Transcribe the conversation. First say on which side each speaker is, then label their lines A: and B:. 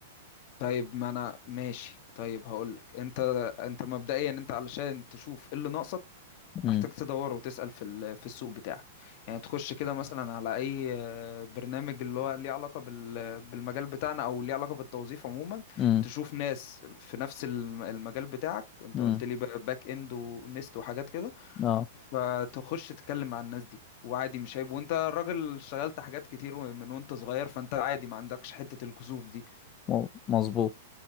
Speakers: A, on the left; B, on the left.
A: طيب ما انا ماشي طيب هقولك انت انت مبدئيا انت علشان تشوف ايه اللي ناقصك
B: امم
A: محتاج تدور وتسأل في ال- في السوق بتاعك يعني تخش كده مثلا على اي آه، برنامج اللي هو ليه علاقة بال- بالمجال بتاعنا او ليه علاقة بالتوظيف عموما
B: امم
A: تشوف ناس في نفس الم- المجال بتاعك انت
B: امم
A: قلت لي بقى باك اند ونست وحاجات كده
B: اه
A: فتخش تتكلم مع الناس دي وعادي مش عيب وانت راجل اشتغلت حاجات كتير من وانت صغير فانت عادي ما عندكش حتة الكسوف دي
B: مو- مظبوط